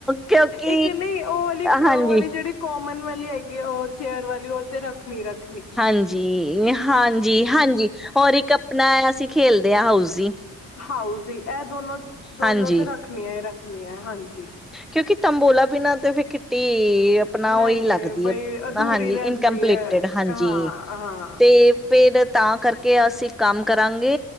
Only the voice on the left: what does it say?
ਇੱਕ ਨ੍ਹੀਂ ਓਹ ਵਾਲੀ
ਓਹ ਵਾਲੀ ਜਿਹੜੀ ਕੋਮਨ। ਵਾਲੀ ਹੈਗੀ ਓਹ ਚੇਅਰ ਵਾਲੀ ਓਹ ਤੇ ਰੱਖਣੀ ਰੱਖ
ਹਾਊਜੀ ਐ ਦੋਨੋ ਦੋਨੋ
ਤੇ ਰੱਖਣੀਆਂ ਈ ਰੱਖ ਰਖਣੀ ਐ, ਹਾਂਜੀ।
ਨਹੀਂ
ਬਈ
ਅਧੂਰੀ
ਰਹਿੰਦੀ
ਹੈ
ਹਾਂ ਹਾਂ